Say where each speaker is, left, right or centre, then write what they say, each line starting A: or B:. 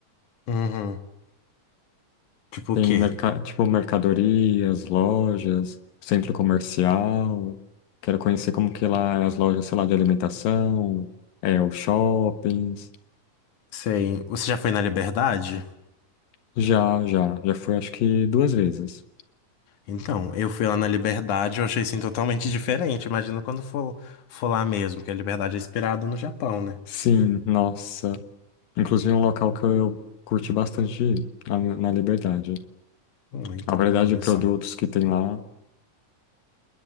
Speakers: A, on the left; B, on the left.
A: Uhum. Tipo
B: Tem,
A: o quê?
B: merca tipo, mercadorias, lojas, centro comercial, quero conhecer como que lá é as lojas, sei lá, de alimentação, é, os shoppings.
A: Sei. Você já foi na Liberdade?
B: Já, já, já fui acho que duas vezes.
A: Então, eu fui lá na Liberdade, eu achei assim totalmente diferente. Imagina quando for, for lá mesmo, porque a Liberdade é inspirada no Japão, né?
B: Sim, nossa. Inclusive, é um local que eu curti bastante ir, na, na Liberdade.
A: Hum, então,
B: A variedade
A: olha
B: de produtos
A: só.
B: que tem lá.